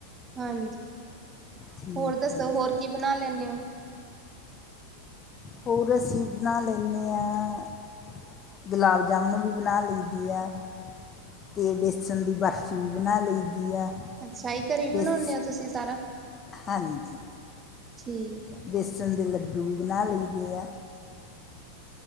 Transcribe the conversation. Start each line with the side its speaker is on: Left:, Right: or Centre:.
Right: ਹਾਂਜੀ
Left: ਠੀਕ
Right: ਹੋਰ ਦੱਸੋ
Left: ਹੈ ਜੀ
Right: ਹੋਰ ਕੀ ਬਣਾ ਲੈਂਨੇ ਓ?
Left: ਹੋਰ ਅਸੀ ਬਣਾ ਲੈਂਨੇ ਆ ਗੁਲਾਬ ਜਾਮੁਨੂ ਵੀ ਬਣਾ ਲਈ ਦੇ ਆ। ਤੇ ਬੇਸਣ ਦੀ ਬਰਫ਼ੀ ਵੀ ਬਣਾ ਲਈ ਦੀ ਆ।
Right: ਅੱਛਾ ਜੀ ਕਰੇ ਬਣਾਉਣੇ
Left: ਬੇਸ
Right: ਹੋ ਤੁਸੀਂ ਸਾਰਾ।
Left: ਹਾਂਜੀ।
Right: ਠੀਕ ਐ।
Left: ਬੇਸਣ ਦੇ ਲੱਡੂ ਵੀ ਬਣਾ ਲਈ ਦੇ ਆ।